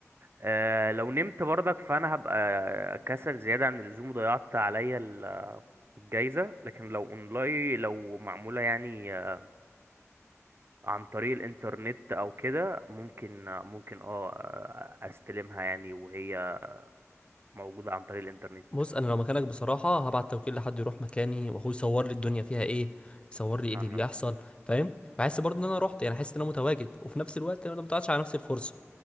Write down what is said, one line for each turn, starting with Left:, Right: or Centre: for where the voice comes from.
Right: أه لو نمت برضك فانا هبقى كسل زيادة عن اللزوم وضيعت عليا الجايزة لكن لو اونلاين لو معمولة يعني آه، عن طريق الانترنت او كده ممكن آه، ممكن اه آه، استلمها يعني وهي موجودة عن طريق الانترنت
Left: بص انا لو مكانك بصراحه هبعت توكيل لحد يروح مكاني واخوه يصور لي الدنيا فيها ايه يصور لي ايه
Right: اه
Left: اللي بيحصل فاهم بحس برضه ان انا رحت يعني احس ان انا متواجد وفي نفس الوقت انا ما ضيعتش على نفسي الفرصه